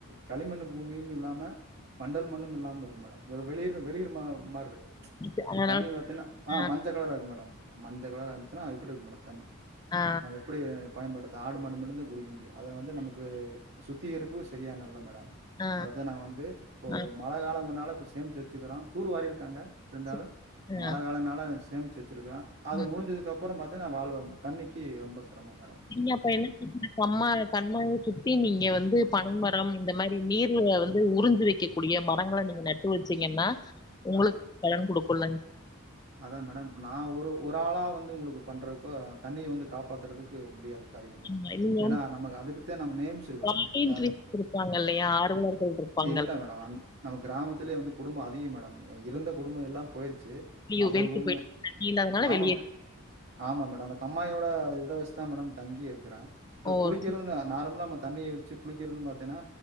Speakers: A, on the right; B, on the left.
A: களிமண்ணுபூமியும் இல்லாம மண்டல் மண்ணும் இல்லாம இருக் மேடம் ஒரு வெளிர் வெளிர் மா மார் இருக்
B: இது- அதனால
A: தண்ணி பாத்தினா ஹ
B: ஆ,
A: மஞ்ஜ கலர்ராக்கு மேடம் இப்ப மஞ்ஜ கலரா இருந்துச்சன்னா அது எப்டிருக்கும் மேடம் தண்ணி
B: ஆ,
A: அது எப்டி பயன்படுத் ஆடு மாடு மட்டுந்தா குடிக்க முடியும் அத வந்து நமக்கு சுத்திகரிப்பும் செரியான இல்லை மேடம்
B: ஆ,
A: அத தா நா வந்து ப்போ
B: ஆ,
A: மழ காலங்கனால சேம்ச்சு வச்சிக்கிறோம் தூர்வாரி ருக்காங்க இருந்தாலும்
B: சரி. ஆ,
A: மழ காலன்னால சேமிச்சு வெச் சிருக்க அது
B: ம்.
A: முடிஞ்சதுக் அப் ப்புறோ பாத்தினா வாழ்வா தண்ணிக்கு ரொம்ப சிரமம் மேட்
B: நீங்க அப்ப என்ன திரும்பி கம்மா கம்மாய சுத்தி நீங்க வந்து பனமரம் இந்த மாரி நீர்ல வந்து உறிஞ்சு வக்க கூடிய மரங்ள நீங்க நட்டு வச்சீங்கன்னா உங்ளுக்
A: அதா
B: பலன் குடுக்குல்ல
A: அதா மேடம் இப்ப நா ஒரு ஒரு ஆளா வந்து உங்குளுக்கு பண்றதுகோ தண்ணிய வந்து காப்பாத்துறதுக்கு முடியாது அறியாத் மேடம்
B: ஆமா. நீங்க
A: ஏனா
B: வந்து
A: நம்மக் அதுக்கு தா நம்ம நேமிச்சிருக்கோ
B: வாலண்டரீஸ்
A: யாரு
B: இருப்பாங்க இல்லையா? ஆர்வலர்கள் இருப்பாங்க.
A: இல்ல மேடம் அந் நம்ம கிராமத்துலே வந்து குடும்ப அதிகம் மேடம் இருந்த குடும்ப எல்லா போயிருச்சு இப்ப
B: அய்யோ வேற்று
A: குடும்பம்
B: போயிட்
A: தான். திருப்பி
B: தண்ணி
A: போயிட்டு
B: இல்லாதனால
A: ஆமாம்.
B: வெளிய
A: அதனால
B: <inaudible>
A: ஆமா மேடம். அந்த கம்மாயோட இத வச்சுதா மேடம் தங்கியே இருக்குற இப்ப
B: ஓ!
A: குளிக்கிறதுன்
B: சில
A: நார்ம்லாம தண்ணிய வெச்சு குளிக்கிறது பாத்தேனா